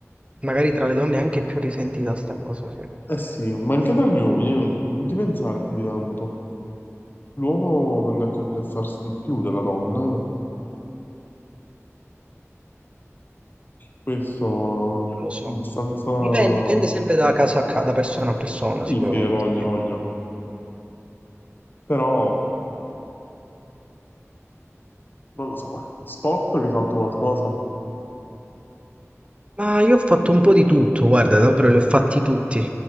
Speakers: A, on the right; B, on the left.
A: Magari tra le donne è anche più risentita sta cosa, sì.
B: Eh sì, ma anche tra gli uomini, eh, non ti pensare più di tanto. L'uomo tende a complessarsi di più della donna, eh. questo
A: Non lo so,
B: è abbastanza...
A: dipende, dipende sempre da casa a casa, da persona a persona
B: Sì,
A: sicuramente.
B: sì, ha voglia,
A: sì.
B: ha voglia. Però, non lo so, sport che hai fatto qualcosa?
A: Ma io ho fatto un po' di tutto, guarda, davvero li ho fatti tutti.